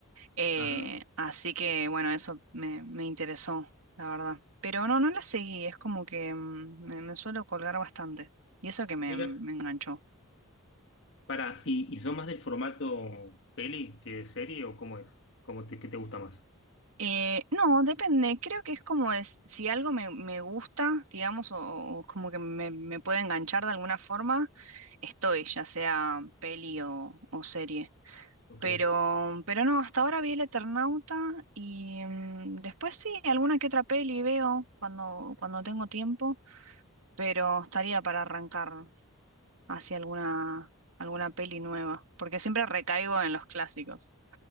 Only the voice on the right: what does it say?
Eh,
así que, bueno, eso me, me interesó, la verdad. Pero no, no la seguí, es como que mm, me, me suelo colgar bastante. Y eso que me,
me enganchó.
Eh, no, depende. Creo que es como es, si algo me, me gusta, digamos, o, o como que me, me puede enganchar de alguna forma, estoy, ya sea peli o, o serie.
Pero, pero no, hasta ahora vi El Eternauta y mm, después sí, alguna que otra peli veo cuando, cuando tengo tiempo, pero estaría para arrancar hacia alguna, alguna peli nueva, porque siempre recaigo en los clásicos.